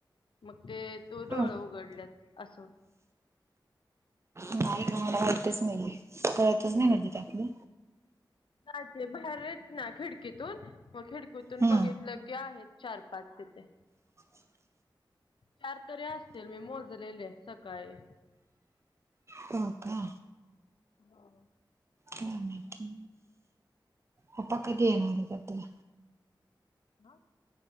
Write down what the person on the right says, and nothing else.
हम्म
हो
नाही का मला माहीतच नाही कळतच नाही म्हणजे त्यातलं.
हम्म
<inaudible>
हो का.
का माहिती
पपा
कधी येणार आहे आता.